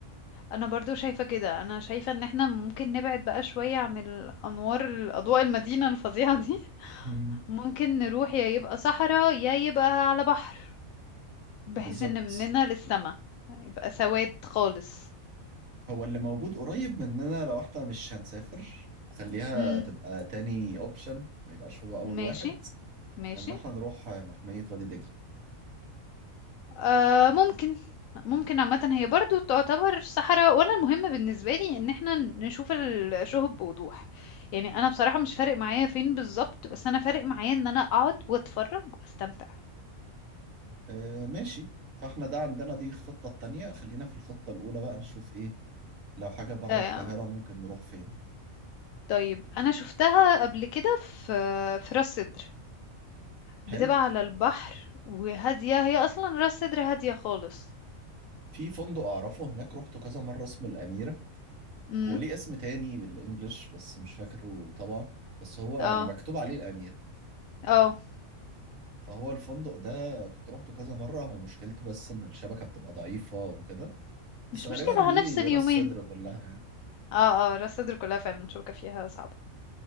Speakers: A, on the left; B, on the right.
A: انا برضو شايفة كده انا شايفة ان احنا ممكن نبعد بقى شوية عن الانوار الاضواء المدينة الفظيعة دي
B: مم.
A: ممكن نروح يا يبقى صحراء يا يبقى على بحر بحيث
B: بالظبط
A: ان مننا للسما يبقى سواد خالص
B: هو اللي موجود قريب مننا لو احنا مش هنسافر خليها
A: امم
B: تبقى تاني اوبشن ما يبقاش هو اول
A: ماشي
B: واحد
A: ماشي
B: ان احنا نروح محمية وادي دجلة
A: آه ممكن ممكن عامة هي برضو تعتبر صحراء وانا المهم بالنسبة لي ان احنا نشوف الشهب بوضوح يعني انا بصراحة مش فارق معايا فين بالظبط بس انا فارق معايا ان انا اقعد واتفرج واستمتع
B: آه ماشي فاحنا ده عندنا دي الخطة التانية خلينا في الخطة الأولى بقى نشوف إيه لو حاجة بره
A: آه
B: القاهرة ممكن نروح فين
A: طيب انا شفتها قبل كده في في راس سدر بتبقى
B: حلو
A: على البحر وهادية هي اصلا راس سدر هادية خالص
B: في فندق أعرفه هناك روحته كذا مرة اسمه الأميرة
A: امم
B: هو ليه اسم تاني بالإنجلش بس مش فاكره طبعا بس هو
A: اه
B: يعني مكتوب عليه الأمير
A: اه
B: فهو الفندق ده كنت روحته كذا مرة هو مشكلته بس إن الشبكة بتبقى ضعيفة وكده بس
A: مش
B: غالبا
A: مشكلة
B: دي
A: هنفصل
B: راس
A: يومين
B: صدر كلها يعني
A: اه اه راس سدر كلها فعلا شوكة فيها صعبة